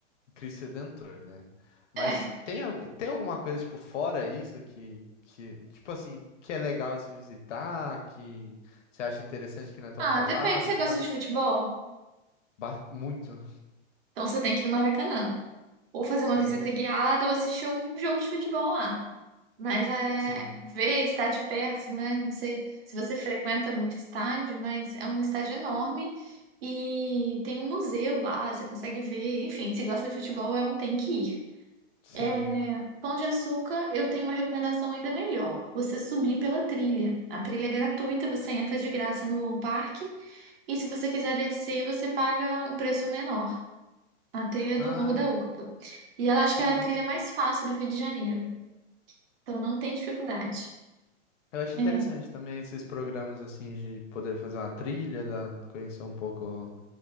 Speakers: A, on the left; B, on the right.
A: Cristo Redentor, né? Mas
B: É.
A: tem, al- tem alguma coisa, tipo, fora isso que, que, tipo assim, que é legal de se visitar, que você acha interessante que não é tão
B: Ah,
A: falado
B: depende, você
A: e
B: gosta
A: tal?
B: de futebol?
A: Ba- muito,
B: Então você tem que ir no Maracanã. Ou fazer uma
A: com
B: visita
A: certeza.
B: guiada ou assistir um jogo de futebol lá. Mas é
A: Sim,
B: ver, estar de perto, né? Não sei se você frequenta muito estádio, mas é um estádio enorme e tem um museu lá, você consegue ver. Enfim, se gosta de futebol, é um tem que ir.
A: sim.
B: É, Pão de Açúcar, eu tenho uma recomendação ainda melhor. Você subir pela trilha. A trilha é gratuita, você entra de graça no parque. E se você quiser descer, você paga um preço menor. A trilha
A: Ah,
B: do Morro da Urca. E ela acho
A: que
B: que é
A: massa.
B: a trilha mais fácil do Rio de Janeiro. Então não tem dificuldade.
A: Eu acho
B: É.
A: interessante também esses programas, assim, de poder fazer uma trilha, da, conhecer um pouco